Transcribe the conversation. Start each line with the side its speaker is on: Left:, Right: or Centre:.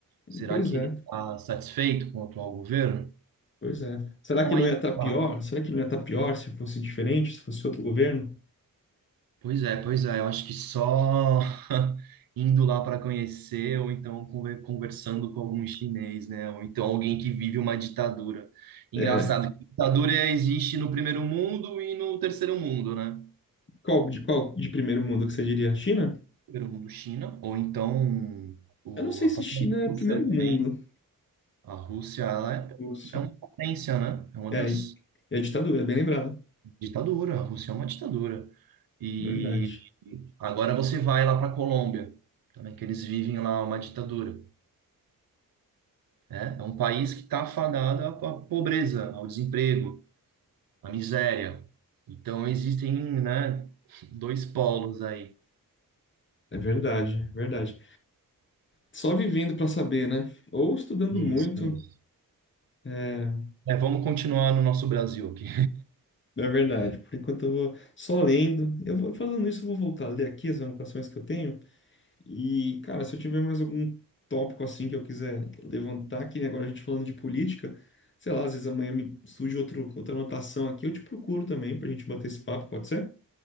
Right: Será
Left: Pois
Right: que
Left: é,
Right: ele tá satisfeito com o atual governo?
Left: pois é. Será
Right: Então
Left: que não
Right: aí,
Left: ia estar pior?
Right: tá.
Left: Será que não ia estar pior se fosse diferente, se fosse outro governo?
Right: Pois é, pois é. Eu acho que só <laughs> indo lá para conhecer, ou então conver- conversando com algum chinês, né? Ou então alguém que vive uma ditadura. Engraçado
Left: É,
Right: que ditadura existe no primeiro mundo e no terceiro mundo, né?
Left: qual de qual de primeiro mundo que você diria? China?
Right: Primeiro mundo, China, ou então o,
Left: Eu não sei
Right: a
Left: se
Right: própria
Left: China é
Right: Rússia
Left: primeiro
Right: também.
Left: mundo,
Right: A Rússia, ela é,
Left: Lúcio.
Right: é uma potência, né? É uma
Left: É,
Right: das
Left: é ditadura, bem lembrado.
Right: ditaduras. A Rússia é uma ditadura. E
Left: Verdade.
Right: agora você vai lá para a Colômbia, também que eles vivem lá uma ditadura. né? É um país que está afadado à à pobreza, ao desemprego, à miséria. Então existem, né, dois polos aí.
Left: É verdade, é verdade. Só vivendo para saber, né? Ou estudando
Right: Isso,
Left: muito,
Right: isso.
Left: é,
Right: É, vamos continuar no nosso Brasil aqui.
Left: é verdade. Por enquanto eu vou só lendo. Eu vou fazendo isso, eu vou voltar a ler aqui as anotações que eu tenho. E, cara, se eu tiver mais algum tópico assim que eu quiser levantar, que nem agora a gente falando de política, sei lá, às vezes amanhã me surge outro, outra anotação aqui, eu te procuro também pra gente bater esse papo, pode ser?